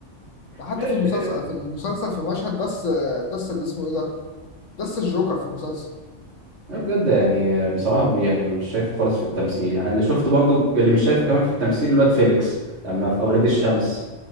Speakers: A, on the left; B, on the right.
A: ده حتى
B: ماشي
A: في المسلسل في المسلسل في مشهد دس دس اللي اسمه ايه ده دس الجوكر في المسلسل
B: لا بجد يعني بصراحة يعني مش شايفه خالص في التمثيل يعني اللي شفت برضو اللي مش شايفه كمان في التمثيل الواد فيليكس لما في أولاد الشمس